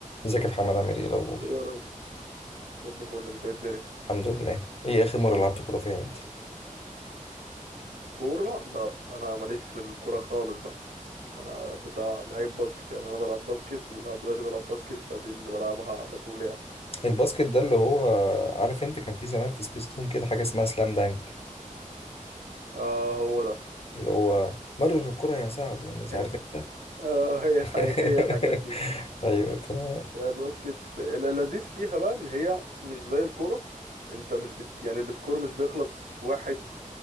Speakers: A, on the left; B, on the right.
A: ازيك يا محمد عامل ايه إيه الاخبار
B: ايه يا ريس كله فل انت ايه الدنيا
A: الحمد لله ايه اخر مره لعبت كوره فيها امتى
B: كورة لا انا ماليش في الكورة خالص بقى انا بتاع لعيب باسكت يعني انا بلعب باسكت ولحد دلوقتي بلعب باسكت فدي اللي بلعبها على طول يعني
A: الباسكت ده اللي هو عارف انت كان في زمان في سبيس تون كده حاجه اسمها سلام دانك
B: اه هو ده
A: اللي هو مرر الكره يا سعد والناس
B: هي
A: عارف انت
B: آه <laughs> هي
A: <laughs>
B: الحاجة هي الحاجات دي
A: ايوه تمام
B: لا، الباسكت اللذيذ فيها بقى ان هي مش زي الكورة انت مش بت... يعني السكور مش بيخلص واحد